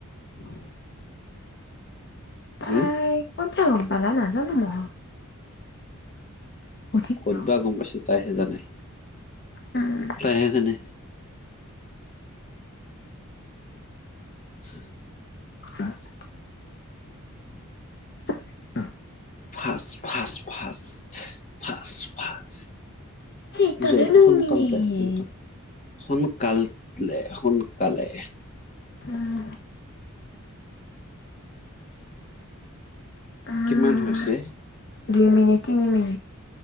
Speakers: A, on the left (about 50°); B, on the left (about 35°).
A: হয় <unintelligible> তাই
B: হম
A: ক'তবা গ'ম পালে নাজানো মই। সুধিম
B: ক'তবা
A: ৰ
B: গ'ম পাইছে তাইহে জানে?
A: উম
B: তাইহে জানে। উম <inaudible>
A: না <unintelligible> অ <unintelligible>
B: ফাচ, ফাচ, ফাচ, ফাচ, ফাচ।
A: সেইকাৰণে
B: জইল
A: দুই
B: সোনকালতে
A: মিনিট
B: সোনকাল। সোনকালতলে, সোনকালে।
A: উম। উম
B: কিমান হৈছে?
A: দুই মিনিট, তিনি মিনিট।